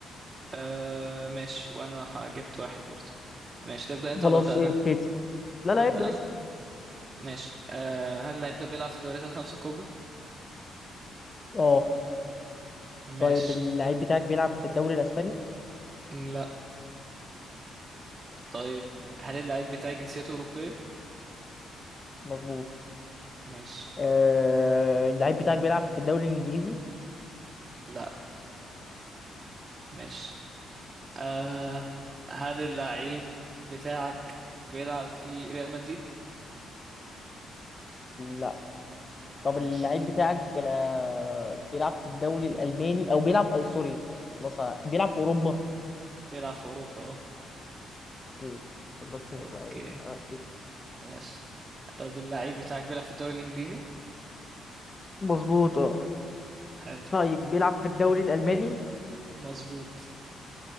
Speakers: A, on the right; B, on the left.
A: آه ماشي وانا ح- جبت واحد برضه ماشي تبدأ انت
B: خلاص
A: ولا ابدأ انا
B: ايه ابتدي لا لا
A: ابدأ
B: ابدأ
A: انا
B: اسأل
A: ماشي آه هل اللعيب ده بيلعب في الدوريات الخمسة الكبرى
B: اه
A: ماشي
B: طيب اللعيب بتاعك بيلعب في الدوري الاسباني
A: مم، لا
B: ماشي
A: طيب هل اللعيب بتاعي جنسيته أوروبية
B: مظبوط
A: ماشي
B: آه اللعيب بتاعك بيلعب في الدوري الانجليزي
A: لا ماشي آه هل اللعيب بتاعك بيلعب في ريال مدريد؟
B: لا طب
A: ماشي
B: اللعيب بتاعك آه، بيلعب في الدوري الألماني أو بيلعب آه، سوري خلاص آه، بيلعب في أوروبا
A: بيلعب في أوروبا اه
B: اكيد عشان بس
A: اوكي
B: نبقى ايه آه،
A: ماشي طب اللعيب بتاعك بيلعب في الدوري الإنجليزي؟
B: مظبوط اه
A: حلو
B: طيب بيلعب في الدوري الالماني
A: مظبوط